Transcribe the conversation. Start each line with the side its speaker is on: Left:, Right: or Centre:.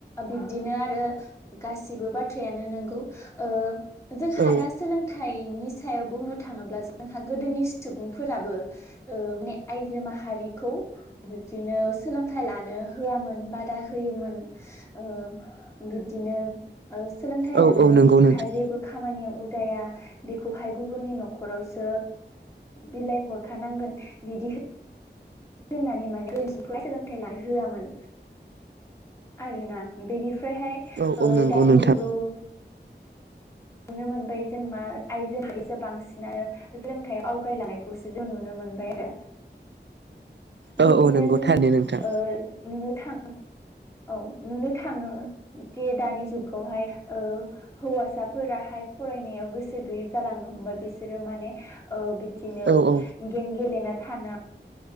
Left: बिब्दिनो आरो गासिबो बाथ्रायानो नोंगौ ओ जोंहा
Right: औ
Left: दा सोलोंथाइनि सायाव बुंनो थाङोब्ला जोंहा गोदोनि सुबुंफोराबो ओ माने आइजो माहारिखौ बिबदिनो सोलोंथाइ लानो होआमोन बा दा होयोमोन ओ बिब्दिनो सोलोंथाइ
Right: औ
Left: लानानै
Right: औ नंगौ
Left: बिसोरहा
Right: नोंथां
Left: जेबो खामानियाव उदाया बेखौहाय गुबुननि न'खरावसो बिलाइ हरखानांगोन बिदि होननानै माने गोदोफोरा सोलोंथाइ लानो होआमोन आरोना बेनिफ्राय ओमफ्रायहाय
Right: औ औ नंगौ
Left: दानि
Right: नोंथां
Left: जुगाव <inaudible> मोनबाय जों मा आइजोआरिसो बांसिनानो सोलोंथाइ आवगायलांनायखौसो जों नुनो मोनबाय आरो।
Right: औ
Left: बिब्दिनो
Right: औ नंगौ
Left: जों
Right: थारैनो
Left: न
Right: नोंथां
Left: ओ आव थां औ नुनो थाङो जे दानि जुगावहाय ओ हौवसा फोराहाय फरायनायाव गोसो गैयै जालांनो हमबाय बिसोरो माने ओ बिदिनो
Right: औ औ
Left: गेम गेलेना थाना